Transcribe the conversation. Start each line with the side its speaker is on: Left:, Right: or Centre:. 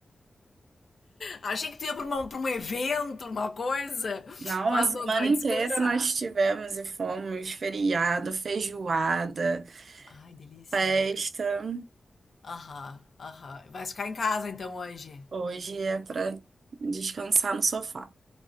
Left: Achei que tu ia pra, uma- pra um evento, uma coisa,
Right: Não,
Left: mas
Right: a semana
Left: não, tu vai
Right: inteira
Left: descansar.
Right: nós tivemos e fomos feriado, feijoada,
Left: Ai, delícia.
Right: festa.
Left: Aham, aham. Vai ficar em casa então hoje.
Right: Hoje é para descansar no sofá.